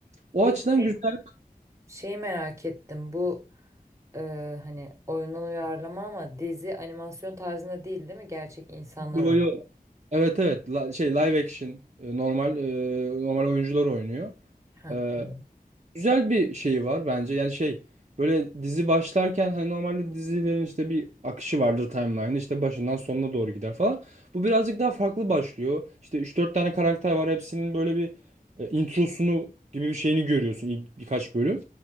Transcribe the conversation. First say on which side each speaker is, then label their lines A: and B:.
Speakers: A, on the right; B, on the right.
A: O
B: Peki
A: açıdan
B: şey
A: güzel.
B: şey merak ettim bu e, hani oyundan uyarlama ama dizi animasyon tarzında değil değil mi? Gerçek insanlar
A: Yo
B: oynuyor.
A: yo. Evet evet. La- şey live action, e, normal e, normal oyuncular oynuyor.
B: Ha.
A: E,
B: tamam.
A: güzel bir şeyi var bence. Yani şey böyle dizi başlarken hani normalde dizilerin işte bir akışı vardır timeline işte başından sonuna doğru gider falan. Bu birazcık daha farklı başlıyor. İşte üç dört tane karakter var hepsinin böyle bir e, introsunu gibi bir şeyini görüyorsun ilk birkaç bölüm.